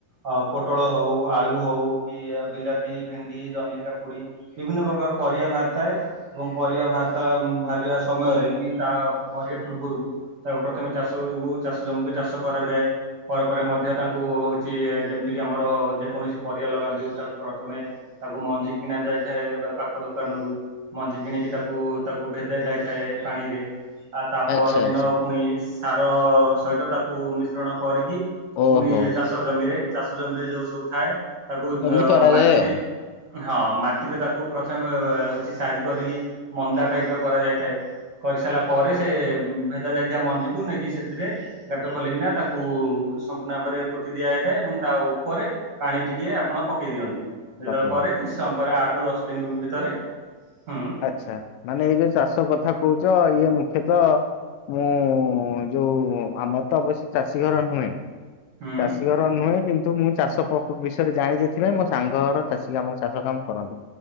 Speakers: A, on the right; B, on the left.
A: ଅ ପୋଟଳ ହଉ ଆଳୁ ହଉ କି ବିଲାତି ଭେଣ୍ଡି ଭେଣ୍ଡି ଜହ୍ନି କାକୁଡି ବିଭିନ୍ନ ପ୍ରକାର ପରିବା ବାହାରିଥାଏ ଏବଂ ପରିବା ବାହାତା ଏମ୍ ବାହାରିବା ସମୟ ରେ କି ତା ଭରିବା ପୂର୍ବରୁ ତାକୁ ପ୍ରଥମେ ଚାଷକୁ ଚାଷ ଜମିକୁ ଚାଷ କରାଯାଏ। ପରେ ପରେ ମଧ୍ୟ ତାଙ୍କୁ ହଉଛି ଯେମିତି କିି ଆମର ଯେକୌଣସି ପରିବା ଲଗାନ୍ତି ତାକୁ ପ୍ରଥମେ ତାକୁ ମଞ୍ଜି କିଣା ଯାଇଥାଏ ପାଖ ଦୋକାନରୁୁ ମଞ୍ଜି କିଣିକି ତାକୁ ତାକୁ ଭେଦା ଯାଇଥାଏ। ପାଣିରେ ଆ ତା ପର
B: ଆଚ୍ଛା
A: ଦିନ
B: ଆଚ୍ଛା
A: ପୁଣି ସାର ସହିତ ତାକୁ ମିଶ୍ରଣ କରି କି
B: ଓହୋ
A: ପୁଣି ଚାଷ ଜମିରେ ଚାଷ ଜମିରେ ଯୋଉ ସବୁ ଥାଏ ତାକୁ ବ
B: ଏମିତି କରାଯାଏ
A: ମାଟିରେ
B: ଆଉ।
A: ହଁ ମାଟିରେ ତାକୁ ପ୍ରଥମେ ବେ ହଉଛି ସାଇଜ କରିକି ମନ୍ଦା ଟାଇପ ର କରାଯାଇଥାଏ। କରିସାରିଲା ପରେ ସେ ଭେଦା ଯାଇଥିବା ମଞ୍ଜିକୁ ନେଇକି ସେଥିରେ ଗାତ ଖୋଲିକିନା ତାକୁ ସମ୍ପୂର୍ଣ୍ଣ ଭାବରେ ପୋତି ଦିଆଯାଇଥାଏ ଏବଂ ତା ଉପରେ ପାଣି ଟିକେ ଆପଣ ପକେଇ ଦିଅନ୍ତି। ଭିଜେଇ
B: ଓକେ
A: ଦେବା ପରେ କିଛି ସମୟ ପରେ ଆଠ ରୁ ଦଶ ଦିନ ଭିତରେ ହୁଁ
B: ଆଛା ମାନେ ଏଇ ଯୋଉ ଚାଷ କଥା କହୁଛ ଇଏ ମୁଖ୍ୟତ ମୁଁ ଯୋଉ ଆମର ତ ଅବଶ୍ୟ ଚାଷୀ ଘର ନୁହେଁ।
A: ହୁଁ
B: ଚାଷୀ ଘର ନୁହେଁ କି ନ୍ତୁ ମୁଁ ଚାଷ ପ୍ରକୁ ବିଷୟରେ ଜାଣି ଏଥିପାଇଁ ମୋ ସାଙ୍ଗ ଘର ଚାଷୀ କାମ ଚାଷ କାମ କରନ୍ତି।